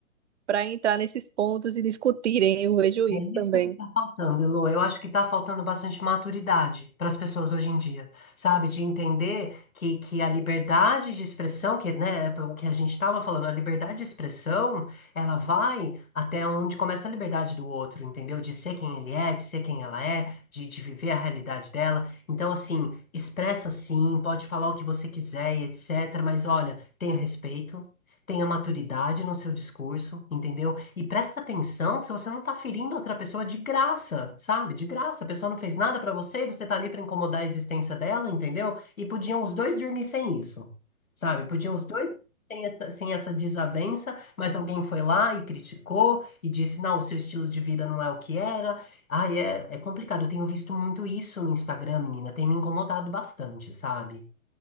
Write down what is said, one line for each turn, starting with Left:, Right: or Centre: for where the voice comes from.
Right: para entrar nesses pontos e discutirem. Eu vejo
Left: É
Right: isso também.
Left: isso que está faltando, Elô. Eu acho que está faltando bastante maturidade para as pessoas hoje em dia, sabe? De entender que, que a liberdade de expressão, que, né, o que a gente estava falando, a liberdade de expressão, ela vai até onde começa a liberdade do outro, entendeu? De ser quem ele é, de ser quem ela é, de, de viver a realidade dela. Então, assim, expressa sim, pode falar o que você quiser e etc. Mas olha, tenha respeito tenha maturidade no seu discurso, entendeu? E presta atenção se você não tá ferindo outra pessoa de graça, sabe? De graça, a pessoa não fez nada pra você e você tá ali pra incomodar a existência dela, entendeu? E podiam os dois dormir sem isso, sabe? Podiam os dois sem essa, sem essa desavença, mas alguém foi lá e criticou e disse, não, o seu estilo de vida não é o que era. Ai, é, é complicado. Eu tenho visto muito isso no Instagram, menina. Tem me incomodado bastante, sabe?